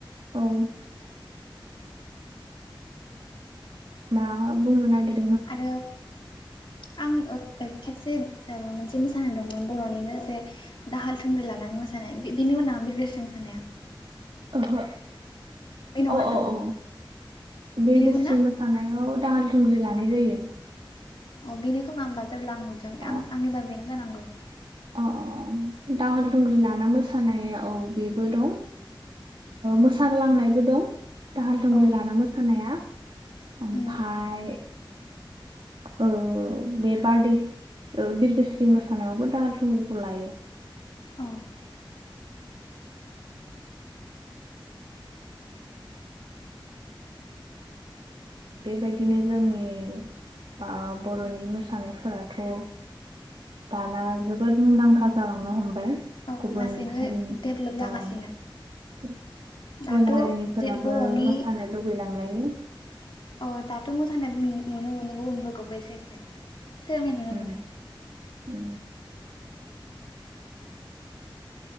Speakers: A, on the right; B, on the left.
A: औ मा बुंनो नागिरदों
B: आरो आं खेबसे मोनसे मोसानायदोंमोन बर'निनो जे दाहाल थुंग्रि लानानै मोसानाय बिनि उनाव बिरगोस्रिरि मोसानाया
A: ओहो
B: बे नङाना
A: अ अ औ बिरगोस्रि
B: बेनोमोन ना
A: मोसा थानायाव दाहाल थुंग्रि लानाय जायो
B: अ बेनो खोमा होनोमबा जेब्ला आं नुदों
A: अ
B: आं आंनिबा बेनो जानांगौ
A: अ अ दाहाल दुंग्रि लाना मोसानाय औ बेबो दं मोसाग्लांनायबो दं दाहाल थुंग्रि
B: औ
A: लाना मोसानाया ओमफ्राय
B: उम
A: औ बे बारडे बिरगोस्रि मोसानायावबो दा थुंगिखौ लायो
B: औ
A: बेबायदिनो जोंनि बा बर'नि मोसानायफोराथ' दाना जोबोद मुंदांखा जालांनो हमबाय
B: औ
A: गुबुन
B: लासैनो
A: हारिनि
B: डेभेलप जागासिनो
A: गुबुन
B: दाथ'
A: हारिनिफोराबो
B: जे बर'नि
A: मोसानो लुबैलांलायो
B: अ दाथ' मोसानायबो नुनो मोनो गुबुनफोरखौबो एसे एसे नुनो
A: उ
B: मोनो
A: उ